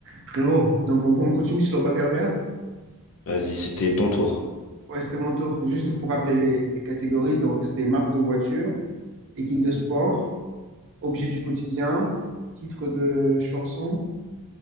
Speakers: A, on the right (about 60°); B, on the left (about 60°).
A: Frérot, donc on, on continue sur le baccalauréat?
B: Vas-y, c'était ton tour.
A: Ouais, c'était mon tour. Juste pour rappeler les, les catégories, donc c'était marque de voiture, équipe de sport, objet du quotidien, titre de chanson,